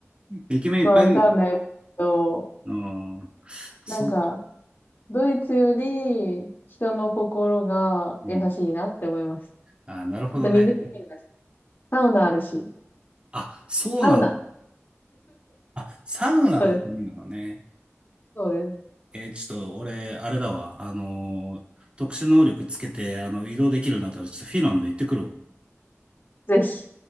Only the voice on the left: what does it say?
まあ、わかんないですけど、
なんかドイツより人の心が優しいなって思いました。
あと水きれいだし、サウナあるし、
サウナ。
そうですそうです。
ぜひ。